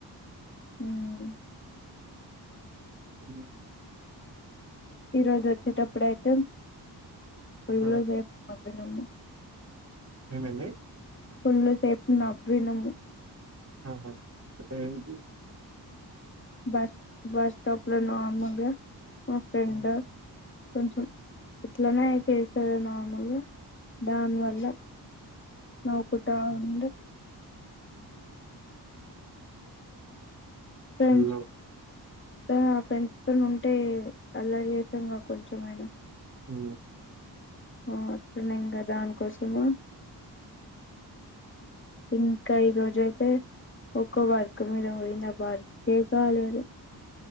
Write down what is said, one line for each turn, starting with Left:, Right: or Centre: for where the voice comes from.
Left: హ్మ్.
Right: హ్మ్
Left: ఈ రోజు వచ్చేటప్పుడైతే ఫుల్లు
Right: ఆ,
Left: జూత్త దినమ్ము
Right: ఏమైంది
Left: ఫుల్లు సేపు నవ్వినము
Right: ఆహా ఎందుకు
Left: బస్ బస్ స్టాప్ లో నార్మల్గా మా ఫెండ్ కొంచెం ఇట్లనె అయితది సో నార్మల్గా దానివల్ల నవ్వుకుంటా ఉంది. అ ఫ్రెంచ్
Right: హలో
Left: ఆ ఫ్రెండ్స్ తో ఉంటే అల్లా చేసంగా కొంచమైనా
Right: ఉ
Left: ఆ అట్టనే ఇంగ దానికోసము ఇంకా ఈ రోజ అయితే ఒక వర్క్ మీద పోయిన వర్కే కాలేదు